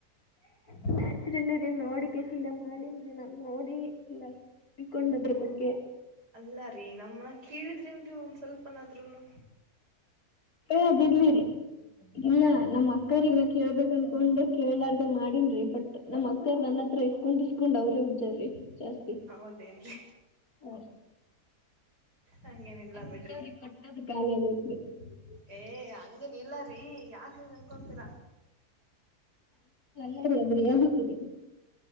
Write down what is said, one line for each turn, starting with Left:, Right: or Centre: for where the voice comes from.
Left: <unintelligible> ನೋಡಿಕ ಮಾಡನ್್ರಿ ನಾನ್ <unintelligible> ಇಲ್ಲ ತಿಳ್ಕೊಂಡ ಅದ್ರ ಬಗ್ಗೆ.
Right: ಅಲ್ಲಾರೀ ನಮ್ಮ ಕೇಳಿದ್ರೇನ್ರಿ ಒಂದ್ ಸ್ವಲ್ಪನಾದ್ರೂನು.
Left: <unintelligible> ಅದಿರ್ಲಿರಿ ಇಲ್ಲ ನಮ್ಮ್ ಅಕ್ಕರಿಗ್ ನಾ ಕೇಳ್ಬೇಕ ಅನ್ಕೊಂಡು. ಕೇಳಾರ್ದ ಮಾಡೀನ್ರಿ ಬಟ್ ನಮ್ಮ್ ಅಕ್ಕರ್ ನನ್ನ ಹತ್ರ ಇಸ್ಕೊಂಡ್ ಇಸ್ಕೊಂಡ್ ಅವ್ರೇ ರಿ ಜಾಸ್ತಿ
Right: ಹೌದೇನ್ರಿ
Left: ಹ
Right: ಹಂಗೇನಿಲ್ಲ
Left: ಆ
Right: ಬಿಡ್ರಿ
Left: ಕೆಲವ್ರಿಗೆ ಕೊಟ್ಟದ ಕಾಲ <unintelligible>
Right: ಏ ಹಂಗೆನ್ ಇಲ್ಲಾರಿ ಯಾಕಂಗ ಅನ್ಕೊಂತೀರ.
Left: ಸರಿ ಅದ್ರಿ <unintelligible>